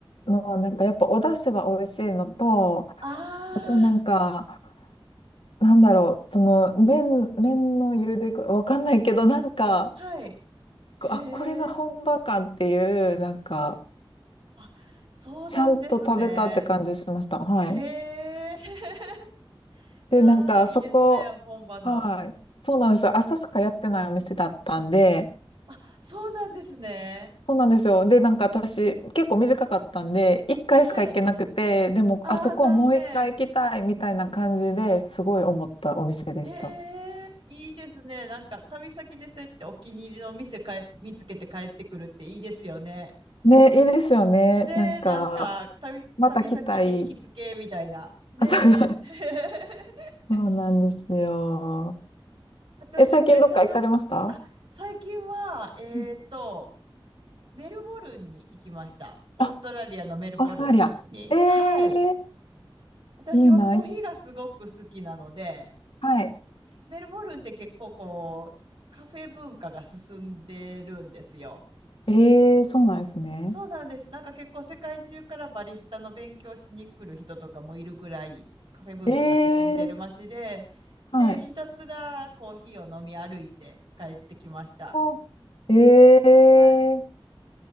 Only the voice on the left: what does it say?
ーの、なんかやっぱお出汁が美味しいのと、
あとなんか、なんだろう、その、麺、麺の茹で具、わかんないけど、なんか、
あ、これが本場かっていう、
なんか、
ちゃんと食べたって感じしました。はい。
で、なんか、
そこ、
はい。そうなんですよ。朝しかやってないお店だったんで、
そうなんですよ。で、なんか私、結構短かったんで、1回しか行けなくて、
でも、
あそこはもう1回行きたいみたいな感じですごい思ったお店でした。
ね、いいですよね。
なんか、
また来たい。
<laughs>
あそう <laughs>
そうなんですよ。
え、最近どっか行かれました
うん
あ、オーストラリア。え
ー、
いいな。はい。
ええそうなんですね。
ええはい。
おー、
ええ